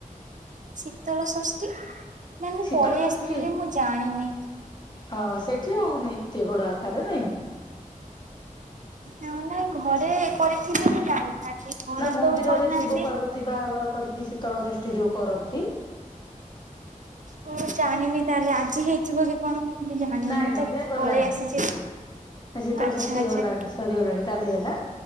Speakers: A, on the right; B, on the left.
A: ଶୀତଳ ଷଷ୍ଠୀ ନାଇଁ ମୁଁ
B: ଶୀତଳ
A: ପଳେଇ
B: ଷଷ୍ଠୀ
A: ଆସିଥିଲି ମୁଁ ଜାଣିନି?
B: ହଁ ସେଠି ହଉନି ଏତେ ବଡ ଆକାରରେ?
A: ନାଇଁ ନାଇଁ ଘରେ କରିଥିଲି ମୁ ଜାଣିଥାନ୍ତି? ଘରେ
B: ନା ମନ୍ଦିରରେ
A: ତ କରିନାହାନ୍ତି।
B: ଶିବ ପାର୍ବତୀ ବାହାଘର କରିକି ଶୀତଳ ଷଷ୍ଠୀ ଯୋଉ କରନ୍ତି?
A: ମୁଁ ଜାଣିନି ତାହେଲେ ଆଜି ହେଇ ହେଇଥିବ କି କଣ ମୁ ବି ଜାଣିନି
B: ନାଇଁ
A: ମୁଁ
B: ନାଇଁ
A: ତ
B: ସେ ଗଲାଣି
A: ପଳେଇ ଆସିଛି
B: ଶୀତଳ
A: ଆଚ୍ଛା
B: ଷଷ୍ଠୀ
A: ଆଚ୍ଛା
B: ଗଲାଣି ସରିଗଲାଣି କାଲି ହେଲା